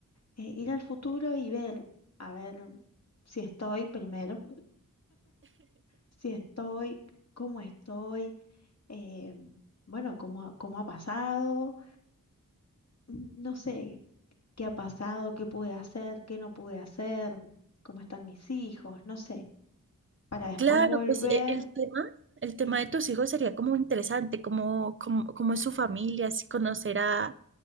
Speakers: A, on the left (about 50°); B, on the right (about 40°).
A: eh, ir al futuro y ver, a ver si estoy primero, si estoy, cómo estoy, eh, bueno, cómo, ha- cómo ha pasado. n- No sé, qué ha pasado, qué pude hacer, qué no pude hacer, cómo están mis hijos, no sé, para después
B: Claro,
A: volver
B: pues e- el tema, el tema
A: y,
B: de tus hijos sería como interesante, como, como, como es su familia, si conocer a,